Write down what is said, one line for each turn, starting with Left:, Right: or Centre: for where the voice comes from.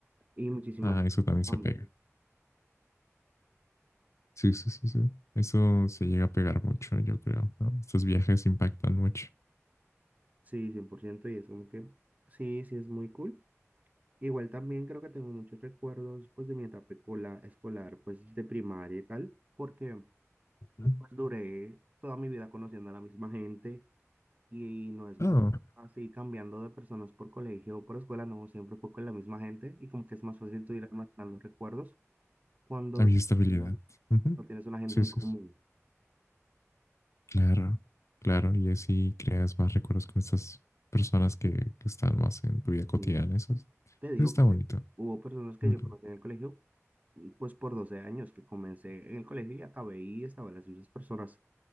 Right: y muchísimas
Left: Ah, eso también
Right: también.
Left: se pega. Sí, sí, sí, sí. Eso se llega a pegar mucho, yo creo, ¿no? Estos viajes impactan mucho.
Right: Sí, cien por ciento y es como que sí, sí es muy cool. Igual también creo que tengo muchos recuerdos pues de mi etapa escola- escolar, pues de primaria y tal, porque
Left: Ujú.
Right: pues duré toda mi vida conociendo a la misma gente Y no es
Left: ah
Right: como así cambiando de personas por colegio o por escuela, no, siempre fue con la misma gente y como que es más fácil tú ir almacenando recuerdos cuando
Left: había estabilidad.
Right: no,
Left: Ujú.
Right: no tienes una gente
Left: Sí,
Right: en
Left: sí,
Right: común.
Left: sí. Claro, claro. Y así creas más recuerdos con estas personas que, que están más en tu vida cotidiana.
Right: Y
Left: Eso, es-
Right: te digo
Left: eso está bonito.
Right: que hubo personas que
Left: Ujú.
Right: yo conocí en el colegio, y pues por 12 años que comencé en el colegio y acabé y estaba las mismas personas.